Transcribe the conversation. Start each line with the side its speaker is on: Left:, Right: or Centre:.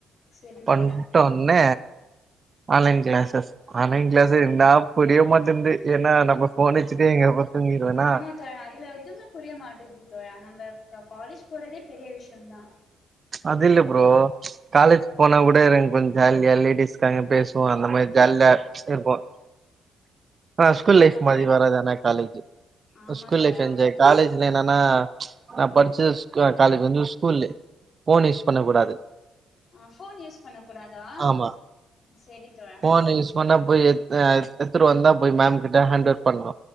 Left: செரி
Right: பண்ட்டோன்னே
Left: தோழா
Right: ஆன்லைன் கிளாஸஸ் ஆன்லைன் கிளாஸ் என்னா புரியே மாட்டேங்குது ஏன்னா நம்ம ஃபோன் வெச்சுட்டே இங்க போ தூங்கிருவேனா
Left: ஆமா தோழா அதுல எதுவுமே புரிய மாட்டுது தோழா நம்ம காலேஜ் போறதே பெரிய விஷ்யோந்தா
Right: அது இல்ல ஃப்ரோ காலேஜ் போனா கூட இருக்கும் கொஞ்சோ ஜாலியா லேடிஸ்க்காங்க பேச சோ அந்த மாரி ஜால்யா இருக்கோ ஆ ஸ்கூல்
Left: ஆமா
Right: லைஃப்
Left: தோழா
Right: மாரி வராது ஆனா காலேஜு
Left: ஆமா
Right: ஸ்கூல்
Left: தோழா
Right: லைஃப் என்ஜாய்
Left: ஆமா தோழா
Right: காலேஜ் இதுல என்னான்னா நா படிச்சு காலேஜ் வந்து ஸ்கூல்லு ஃபோனு யூஸ் பண்ண கூடாது
Left: ஆ ஃபோன் யூஸ் பண்ண கூடாதா
Right: ஆமா
Left: செரி தோழா
Right: ஃபோன் யூஸ் பண்ணா போய் எத் அ எத்துட்டு வந்தா போயி மேம்கிட்ட ஹேண்டோவர் பண்ணோ